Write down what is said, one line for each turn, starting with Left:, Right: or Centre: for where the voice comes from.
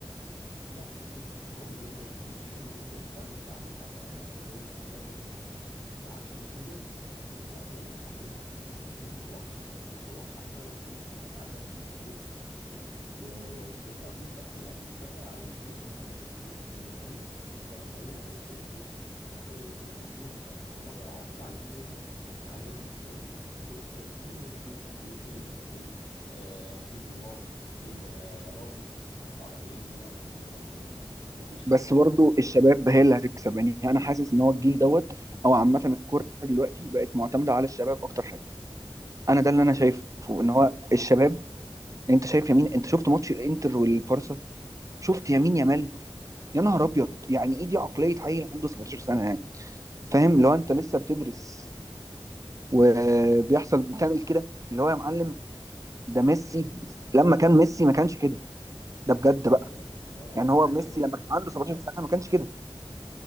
Left: لا لا إنريكي قوي جدا وإنريكي حلو جدا فعلا أنت عندك حق يا جو في الكلام ده، فعشان كده النقلة اللي حصلت في باريس سان جيرمان واضحة، وواضحة السبب إيه؟ ما أنت عندك لويس إنريكي واضيف بقى يعني نكمل على البوينت اللي أنا كنت بتكلم فيها ان باريس فغيرت فكره آه، المنظومه بتاعتها ان هم كانوا على طول عايزين يبنوا انا عايز ابني ستارز سوبر ستارز هجيب ميسي هجيب كيليان مبابي آه، هجيب نيمار هجيب آه، راموس هدفع ملايين هنا وملايين هنا وملايين هنا ومفيش سكواد
Right: بس برضو
Left: اصلا
Right: الشباب هي اللي هتكسب يعني انا حاسس ان هو الجيل دوت او عامه الكوره دلوقتي بقت معتمده على الشباب اكتر حاجه انا ده اللي
Left: بالظبط
Right: انا شايفه ان
Left: بالظبط
Right: هو الشباب انت شايف يمين انت شفت ماتش الانتر والبارسا شفت يمين يامال يا نهار ابيض
Left: امم
Right: يعني ايه دي عقليه عيل عنده 17 سنه يعني فاهم لو انت لسه بتدرس وبيحصل بتعمل كده اللي هو يا معلم ده ميسي لما كان ميسي ما كانش كده ده بجد
Left: حكايه
Right: بقى
Left: والله العظيم
Right: يعني
Left: حكايه
Right: هو ميسي لما كان عنده 17 سنه ما كانش كده